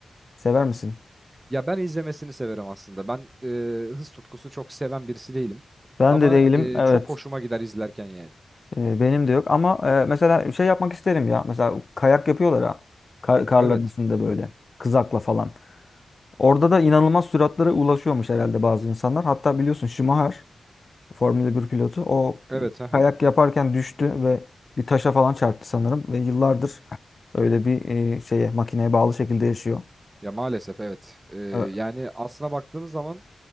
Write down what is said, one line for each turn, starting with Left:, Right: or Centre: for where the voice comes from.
Left: Sever misin?
Right: Ya ben izlemesini severim aslında. Ben e, hız tutkusu çok seven birisi değilim.
Left: Ben
Right: Ama
Left: de değilim.
Right: e,
Left: Evet.
Right: çok hoşuma gider izlerken yani.
Left: Ee, benim de yok. Ama e, mesela şey yapmak isterim ya. Mesela kayak yapıyorlar ha. Kar, karların
Right: Evet.
Left: üstünde böyle. Kızakla falan. Orada da inanılmaz süratlere ulaşıyormuş herhalde bazı insanlar. Hatta biliyorsun Schumacher, Formula bir pilotu. O
Right: Evet. Aha.
Left: kayak yaparken düştü ve bir taşa falan çarptı sanırım. Ve yıllardır öyle bir e, şeye makineye bağlı şekilde yaşıyor.
Right: Ya maalesef evet. E,
Left: Evet,
Right: yani aslına baktığımız zaman